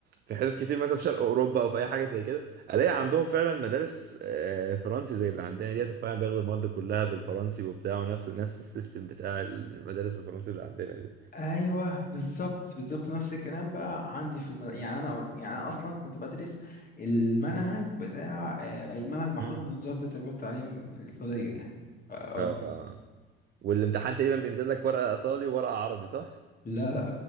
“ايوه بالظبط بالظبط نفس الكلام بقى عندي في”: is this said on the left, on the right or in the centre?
Left